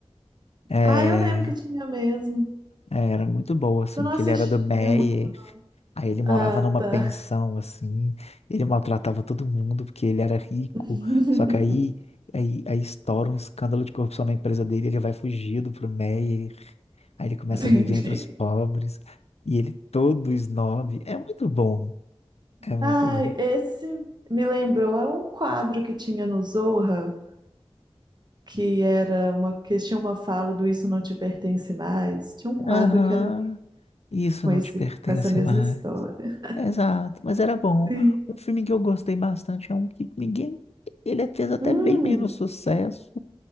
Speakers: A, on the left (about 75°); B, on the right (about 40°).
A: É,
B: Ah, eu lembro que tinha mesmo.
A: é, era muito boa, assim,
B: Eu não
A: que
B: assistia
A: ele era do Meyer,
B: muito, não.
A: aí ele morava
B: Ah,
A: numa
B: tá.
A: pensão, assim, ele maltratava todo mundo porque ele era rico,
B: <laughs>
A: só que aí, aí, aí estoura um escândalo de corrupção na empresa dele, ele vai fugido pro Meyer, aí ele começa
B: Entendi.
A: a viver entre os pobres, e ele todo snob, é muito bom, é muito
B: Ai,
A: bom.
B: esse me lembrou, é um quadro que tinha no Zorra, que era uma, que tinha uma fala do Isso Não Te Pertence Mais. Tinha um quadro
A: Aham.
B: que era
A: Isso
B: com
A: não
B: esse,
A: te pertence
B: com essa mesma
A: mais.
B: história.
A: Exato, mas era bom.
B: Sim.
A: Um filme que eu gostei bastante é um que ninguém. Ele fez até
B: Hum,
A: bem menos sucesso